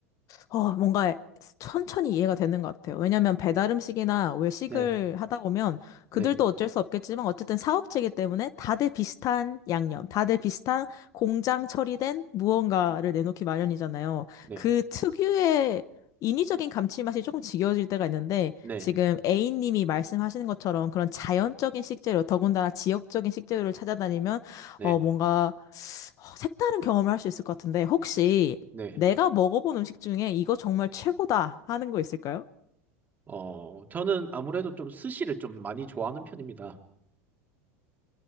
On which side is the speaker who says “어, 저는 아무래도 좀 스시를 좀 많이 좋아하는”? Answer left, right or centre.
Right